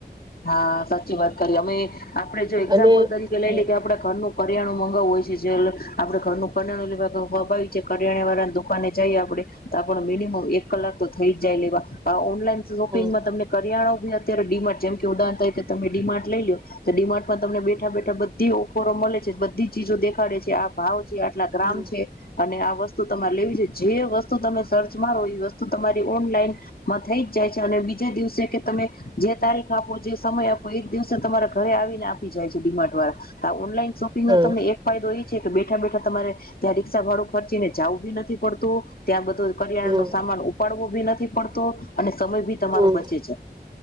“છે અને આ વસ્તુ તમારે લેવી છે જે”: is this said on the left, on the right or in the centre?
Left